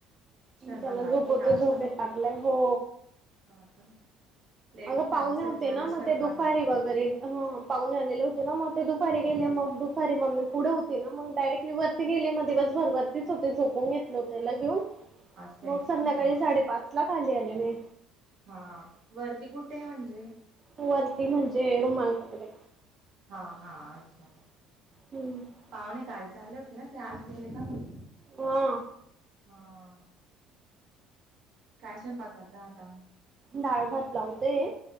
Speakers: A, on the right; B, on the right.
A: स्वयंपाक
B: त्याला
A: बाकी
B: झोपवतो
A: का अजून
B: झोपेत टाकत लहो
A: हा का लेट
B: अगं
A: होऊन जात
B: पावले
A: असेल
B: होते
A: तुम्हाला
B: ना
A: स्वयंपाकाला
B: मग ते दुपारी वगैरे ह पाहून आलेले होते ना मग ते दुपारी
A: हा
B: गेले मग दुपारी मगी पुढे होती ना मगडायरेक्ली वर गेली मग दिवस भरभरतीच होते झोपून घेतलं होतेला घेऊन
A: असं आहे
B: मग संध्याकाळी
A: का हा
B: साडेपाच खाली आली म
A: हा वर्दी कुठे आहे म्हणजे
B: वरती म्हणजे रुमल तकडे
A: हा हा अच्छा
B: हम्म
A: पाहुणे काल आले होते ना ते आज गेले का हो
B: हा
A: हम काॅश म पकता आता
B: डाळ भात लावतेय